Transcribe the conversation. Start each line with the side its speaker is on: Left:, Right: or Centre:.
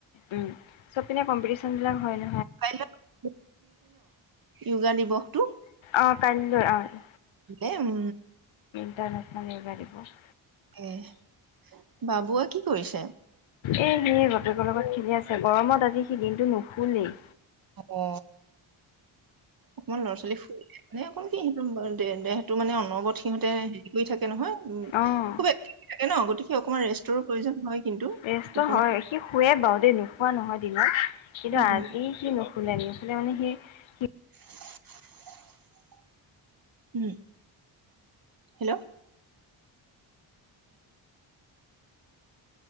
Left: উম চপ কম্পিটিচন বিলাক হয় ন।
Right: <unintelligible> য়োগা দিৱসটো।
Left: অৱ কাইলৈ অৱ
Right: এ উম
Left: ইণ্টাৰনেশ্যনেল য়োগা দিবস
Right: এহ বাবুৱে কি কৰিছে?
Left: এ সি বাপেকৰ লগত খেলি আছে গৰমত আজি সি দিনটো নুশুলেই।
Right: অ অকমান ল'ৰা-ছোৱালী ফুৰি মানে অকণ কি <unintelligible> তো মানে, অনবৰত সিহঁতে হেৰি কৰি থাকে কে নহয়, উম
Left: অ',
Right: খুবে ন গতিকে অকমান ৰেষ্টৰো প্ৰয়োজন হয় কিন্তু,
Left: ৰেষ্ট
Right: টোপনি
Left: হয় সি শুৱে বাৰু দেই <unintelligible> কিন্তু
Right: উম উম
Left: আজি কি নুশুলে মানে সেই <unintelligible>
Right: <unintelligible> উম hello!